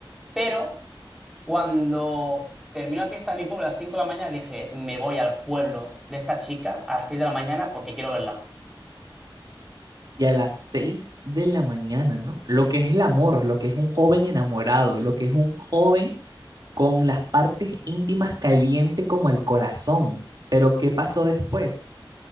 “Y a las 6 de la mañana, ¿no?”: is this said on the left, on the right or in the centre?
Right